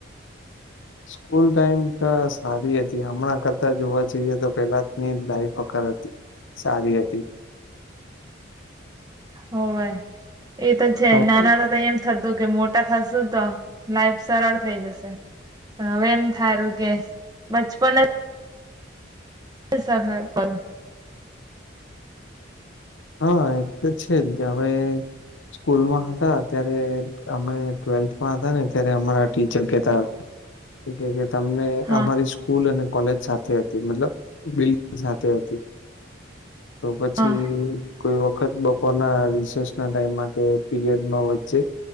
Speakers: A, on the left; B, on the right.
A: સ્કૂલ ટાઈમ તો સારી હતી હમણાં કરતા જોવા જઈએ તો પેલાની લાઈફ હકર હતી સારી હતી
B: હોવે એ તો છે
A: હા
B: નાના હતા તો એમ થ તું કે મોટા થશુ તો લાઈફ સરળ થઈ જશે પણ હવે એમ થારું કે બચપન હ
A: હા એ તો છે જ હવે સ્કૂલમાં હતા ત્યારે અમે ટ્વેલ્થમાં હતા ને ત્યારે અમારા ટીચર કતા હતા
B: <inaudible>
A: કે તમને
B: હા
A: અમારી સ્કૂલ અને કોલેજ સાથે મતલબ બિલ્ સાથે હતી તો પછી
B: હા
A: કોઈ વખત બપોરના રિસેસ ના ટાઈમમાં કે પીરિયડમાં વચ્ચે